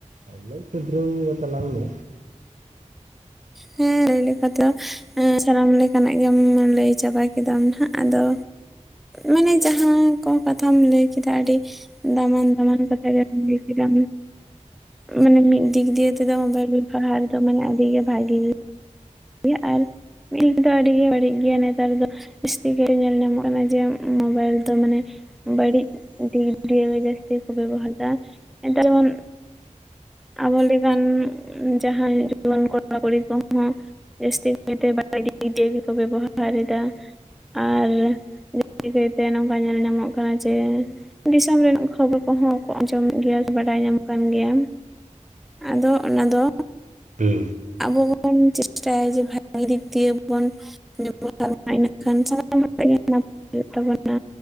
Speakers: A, on the right (about 80°); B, in the centre.
A: ᱞᱟᱹᱭ ᱥᱩᱫᱨᱟᱹᱣ ᱛᱟᱞᱟᱝ ᱢᱮ᱾
B: ᱦᱮᱸ ᱞᱟᱹᱭ ᱞᱮᱠᱟ ᱛᱚ ᱥᱟᱱᱟᱢ ᱞᱮᱠᱟᱱᱟᱜ ᱜᱮᱢ ᱞᱟᱹᱭ ᱪᱟᱵᱟ ᱠᱮᱫᱟᱢ ᱱᱟᱸᱜ ᱟᱫᱚ ᱢᱟᱱᱮ ᱡᱟᱦᱟᱸ ᱠᱚ ᱠᱟᱛᱷᱟᱢ ᱞᱟᱹᱭ ᱠᱮᱫᱟ ᱟᱹᱰᱤ ᱫᱟᱢᱟᱱ ᱫᱟᱢᱟᱱ ᱠᱟᱛᱷᱟ ᱜᱮᱢ ᱞᱟᱹᱭ ᱠᱮᱫᱟ ᱢᱟᱱᱮ ᱢᱤᱫ ᱫᱤᱠ ᱫᱤᱭᱮ ᱛᱮᱫᱚ ᱵᱮᱞ ᱯᱟᱦᱟᱲᱤ ᱫᱚ ᱢᱟᱱᱮ ᱟᱹᱰᱤᱜᱮ ᱵᱷᱟᱜᱮ᱾ <inaudible> ᱟᱨ ᱢᱤᱫ ᱫᱚ ᱟᱹᱰᱤ ᱜᱮ ᱵᱟᱹᱲᱤᱡ ᱜᱮᱭᱟ ᱱᱮᱛᱟᱨ ᱫᱚ ᱡᱟᱹᱥᱛᱤ ᱠᱟᱨᱮ ᱧᱮᱞ ᱧᱟᱢᱚᱜ ᱠᱟᱱᱟ ᱡᱮ ᱢᱳᱵᱟᱭᱤᱞ ᱛᱚ ᱢᱟᱱᱮ ᱵᱟᱹᱲᱤᱡ ᱫᱤᱠ ᱫᱤᱭᱮ ᱡᱟᱹᱥᱛᱤ ᱠᱚ ᱵᱮᱵᱚᱦᱟᱨᱟ ᱫᱟ ᱱᱮᱛᱟᱨ ᱵᱚᱱ ᱟᱵᱚ ᱞᱮᱠᱟᱱ ᱡᱟᱦᱟᱸᱭ ᱡᱩᱣᱟᱹᱱ ᱠᱚᱲᱟᱼᱠᱩᱲᱤ ᱠᱚᱦᱚᱸ ᱡᱟᱹᱥᱛᱤ ᱠᱟᱭᱛᱮ ᱵᱟᱲᱤᱡ ᱫᱤᱠ ᱫᱤᱭᱮ ᱜᱮᱠᱚ ᱵᱮᱵᱚᱦᱟᱨ ᱫᱟ ᱟᱨ ᱡᱟᱹᱥᱛᱤ ᱠᱟᱹᱭ ᱛᱮ ᱱᱚᱝᱠᱟ ᱧᱮᱞ ᱧᱟᱢᱚᱜ ᱠᱟᱱᱟ ᱡᱮ ᱫᱤᱥᱚᱢ ᱨᱮᱱᱟᱜ ᱠᱷᱚᱵᱚᱨ ᱠᱚᱦᱚᱸ ᱠᱚ ᱟᱸᱡᱚᱢᱮᱫ ᱜᱮᱭᱟ ᱥᱮ ᱵᱟᱰᱟᱭ ᱧᱟᱢᱚᱜ ᱠᱟᱱ ᱜᱮᱭᱟ, ᱟᱫᱚ ᱚᱱᱟᱫᱚ
A: ᱦᱩᱸ᱾
B: ᱟᱵᱚ ᱵᱚᱱ ᱪᱮᱥᱴᱟᱭᱟ ᱡᱮ ᱵᱷᱟᱜᱤ ᱫᱤᱠ ᱫᱤᱭᱮ ᱵᱚᱱ <unintelligible> ᱮᱸᱰᱮ ᱠᱷᱟᱱ ᱥᱟᱱᱟᱢ ᱞᱮᱠᱟᱱᱟᱜ ᱜᱮ ᱱᱟᱯᱟᱭᱚᱜ ᱛᱟᱵᱚᱱᱟ᱾